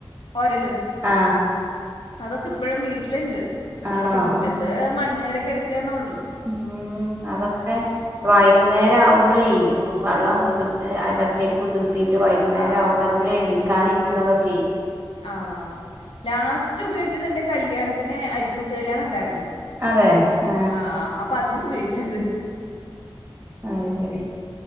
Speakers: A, on the left; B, on the right.
A: ഒരലും
B: ആ
A: അതൊക്കെ ഇപ്പഴും വീട്ടിലുണ്ട്
B: ആണോ
A: പക്ഷെ മുറ്റത്ത്
B: ഉം
A: മണ്ണ് കേറിക്കിടക്കാന്നൊള്ളു
B: ഉം അതൊക്കെ വൈകുന്നേര ആവും വെള്ളം കുതിർ പച്ചരി കുതിർത്തിയിട്ട് വൈകുന്നേരം
A: ആഹ്
B: ആവുമ്പോൾ അതില് എ ഇടിക്കാനരിക്ക രിക്കണതൊക്കെ
A: ആ ലാസ്റ്റ് ഉപയോഗിച്ചത് എന്റെ കല്യാണത്തിന് അരിക്കുത്തുകല്യാണ ഉണ്ടായിരുന്നു
B: അതെ ആ
A: ആഹ് അപ്പൊ അതിന് ഉപയോഗിച്ചത്
B: അത് ശരി